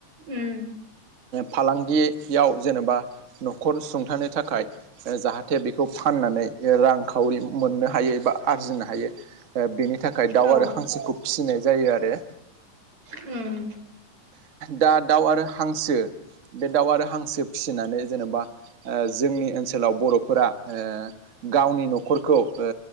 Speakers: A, on the right; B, on the right.
A: ओम।
B: फालांगियाव जेनेबा न'खर सुंथानो थाखाय जाहाथे बेखौ फान नानै रांखावरि मोननो हायो एबा आरजिनो हायो। ओ बेनि थाखाय दाउ
A: औ
B: आरो हांसोखौ फिसिनाय जायो आरो
A: उम
B: दा दाउ आरो हांसो बे दाउ आरो हांसो फिसिनानै जेन'बा ओ जोंनि ओनसोलाव बर'फोरा ओ गावनि न'खरखौ ओ